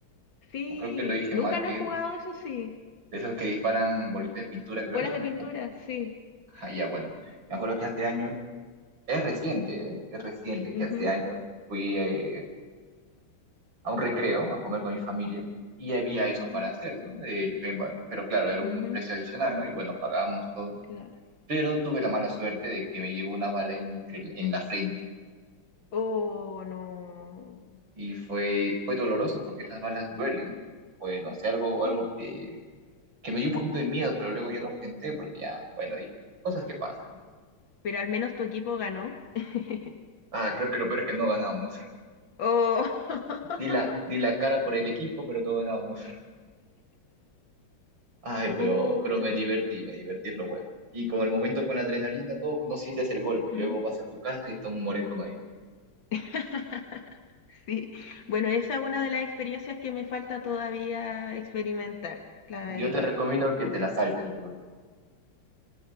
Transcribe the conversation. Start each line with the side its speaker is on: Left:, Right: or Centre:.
Left: Sí,
Right: O creo que lo dije
Left: nunca
Right: mal,
Left: lo
Right: que
Left: he jugado,
Right: es
Left: eso sí.
Right: de esos que disparan bolitas de pintura, creo
Left: Bolas
Right: eso
Left: de
Right: mismo.
Left: pintura,
Right: <laughs>
Left: sí.
Right: Ah, ya, bueno, me acuerdo que hace años, es reciente, ¿eh? Es reciente que
Left: Ujú,
Right: hace años fui... eh, a un recreo, a comer con mi familia, y había eso
Left: ujú,
Right: para hacer, ¿no? El paintball, pero claro, era un
Left: ujú.
Right: precio adicional, ¿no? Y bueno, pagábamos todo.
Left: Claro.
Right: Pero tuve la mala suerte de que me llegó una bala entre- en la frente
Left: Oh, no.
Right: y fue, fue doloroso porque esas balas duelen. Fue, no sé, algo, algo
Left: Sí.
Right: que, que me dio un poquito de miedo, pero luego ya lo enfrenté porque ya, bueno, dije, cosas que pasan.
Left: Pero al menos tu equipo ganó. <laughs>
Right: Ah, creo que lo peor es que no ganamos.
Left: Oh, <laughs>
Right: <laughs> Di la, di la cara por el equipo, pero no ganamos. Ay, pero,
Left: pucha.
Right: pero me divertí, me divertí es lo bueno. Y con el momento, con la adrenalina, todo, no sientes el golpe.
Left: Mm.
Right: Luego vas a tu casa y está un moretón ahí.
Left: <laughs> Sí. Bueno, esa es una de las experiencias que me falta todavía experimentar, la verdad.
Right: Yo te recomiendo que te la saltes, la verdad.